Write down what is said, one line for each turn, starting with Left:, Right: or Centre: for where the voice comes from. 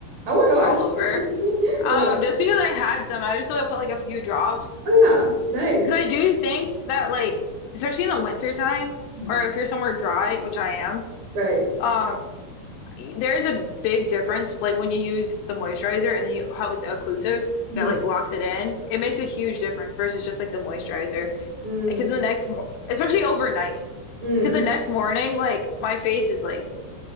Right: Oh my gosh.
Left: all over.
Right: <laughs>
Left: Um,
Right: Oh my gosh.
Left: just because I had some, I just want to put like a few drops
Right: Oh yeah. Nice.
Left: because I do think that like especially in the winter time
Right: Mhm.
Left: or if you're somewhere dry, which I am,
Right: Right.
Left: um, there is a big difference like when you use the moisturizer and then you have like the occlusive
Right: hmm
Left: that like locks it in. It makes a huge difference versus just like the moisturizer
Right: Mm,
Left: because the next mor especially overnight
Right: mm,
Left: because the next morning like my face is like